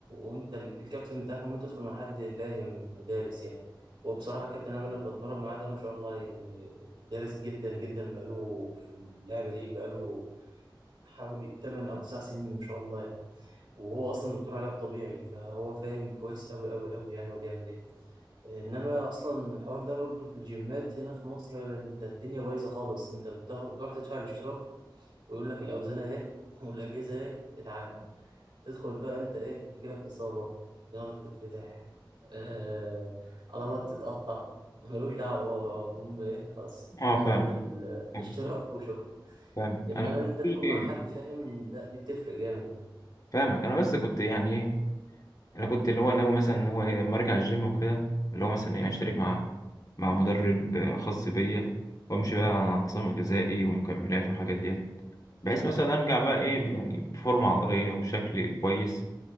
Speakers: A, on the right (about 70°); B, on the left (about 45°).
A: وانت ال- الكابتن بتاعك ممكن تدخل مع حد فاهم ودارس يعني وبصراحة كابتن انا اللي بتمرن معاه ده ما شاء الله يعني دارس جدا جدا بقاله في اللعبة دي بقاله حوالي 8 او 9 سنين ما شاء الله يعني وهو اصلا دكتور علاج طبيعي فهو فاهم كويس قوي قوي قوي يعني هو بيعمل ايه انما اصلا الحوار ده برضه في الجيمات هنا في مصر انت الدنيا بايظه خالص انت بتاخد بتروح تدفع الاشتراك ويقول لك الاوزان اهي <laughs> والاجهزه اهي اتعامل تدخل بقى انت ايه يجيلك اصابه دماغك تتفتح آه عضلاتك تتقطع ملوش دعوه هو بقى المهم ايه خلاص
B: اه فاهمك
A: قبض ال-
B: فاهم
A: الاشتراك وشكرا
B: فاهم.
A: انما
B: انا كنت
A: ان انت تكون
B: إيه؟
A: مع حد فاهم لا دي بتفرق جامد يعني
B: فاهمك انا بس كنت يعني ايه انا كنت اللي هو ناوي مثلا اللي هو إيه، اما ارجع الجيم وكده اللي هو مثلا ايه اشترك مع مع مدرب خاص بيا وامشي بقى على نظام غذائي ومكملات والحاجات دي بحيث مثلا ارجع بقى ايه يعني بفورمه عضليه وبشكل كويس